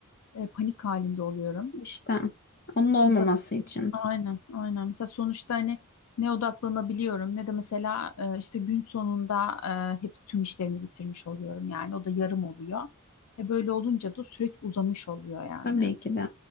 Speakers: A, on the left; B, on the left.
A: e, panik halinde oluyorum.
B: İşte onun
A: İşte
B: olmaması
A: mesela
B: için.
A: aynen aynen. Mesela sonuçta hani ne odaklanabiliyorum ne de mesela e, işte gün sonunda e, hep tüm işlerimi bitirmiş oluyorum yani. O da yarım oluyor. E, böyle olunca da süreç uzamış oluyor yani.
B: Tabii ki de.